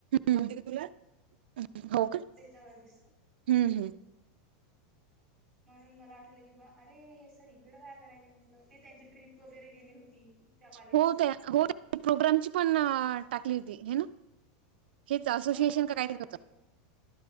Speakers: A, on the right; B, in the centre.
A: तुला हो का
B: त्याच्यावर दिसलं
A: हम् हम्
B: म्हणून मला वाटलं की बा अरे हे सर इकड काय करायला म्हटलं ते त्यांची ट्रिप वगैरे गेली होती. त्या कॉलेजची
A: होते होते प्रोग्रामची पण टाकली होती हे ना. हेच असोसिएशन
B: हो प्रोग्रामची
A: का काहीतरी होतं
B: पण